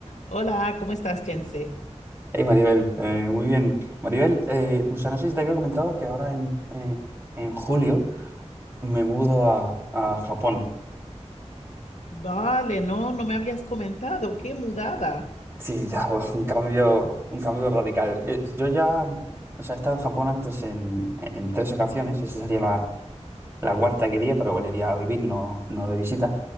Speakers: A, on the left; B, on the right.
A: Hola, ¿cómo estás, Jense?
B: Hey Maribel, eh, muy bien. Maribel, eh, o sea, no sé si te había comentado que ahora en, eh, en julio me mudo a, a Japón.
A: Vale, no, no me habías comentado, qué mudada.
B: Sí, ya, <laughs> buah, un cambio, un cambio radical. Eh, yo ya, o sea, he estado en Japón antes en, en tres ocasiones, esa sería la, la cuarta que iría, pero bueno, iría a vivir, no, no de visita.